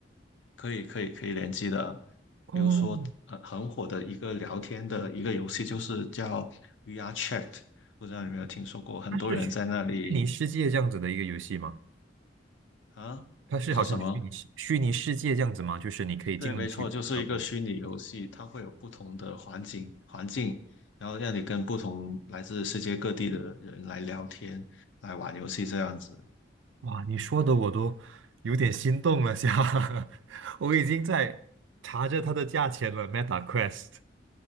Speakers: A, on the left (about 75°); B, on the right (about 75°).
A: 可以可以可以联机的。
B: 哦，
A: 比如说很很火的一个聊天的一个游戏，就是叫 VR Chat，不知道你有没有听说过？很多人在那里
B: 它是虚拟世界这样子的一个游戏吗？
A: 啊，
B: 它是好像虚拟世虚拟世界这样子吗？
A: 你说什么？
B: 就是你可以进去，
A: 对，没错，就是一个虚拟游戏，
B: 然后
A: 它会有不同的环境环境，然后让你跟不同来自世界各地的人来聊天，来玩游戏这样子。
B: 哇，你说的我都有点心动了，下，<laughs> 我已经在查着它的价钱了，Meta Quest，